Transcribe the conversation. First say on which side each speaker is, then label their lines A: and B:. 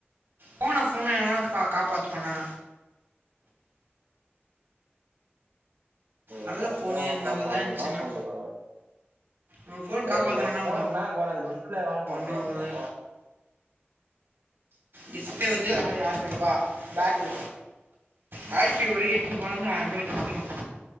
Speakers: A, on the right (about 55°); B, on the right (about 75°).
A: போன போனை எவனாவது காப்பாத்துவானா
B: ஆ
A: நல்ல
B: ஏ
A: ஃபோனு
B: ஃபோன காப்பாத்த
A: நல்லதாக இருந்துச்சுன்னா
B: என்னா பண்றது வேற
A: உன் ஃபோன்
B: டேய்
A: காப்பாற்றணுன்னா
B: ஏ ஃபோனுக்கு என்னா கொற அந்த டிஸ்பிளே வேல பண்றீயா
A: ஒன்றும்
B: நீயா
A: ஒரு டிஸ்பிளே வந்து ஆயி ஆயிரத்தைனுபா பேட்ரி பேட்ரி ஒரு எட்ரூபாலேர்ந்து ஆயிரூபாக்கிட்ட வந்துரு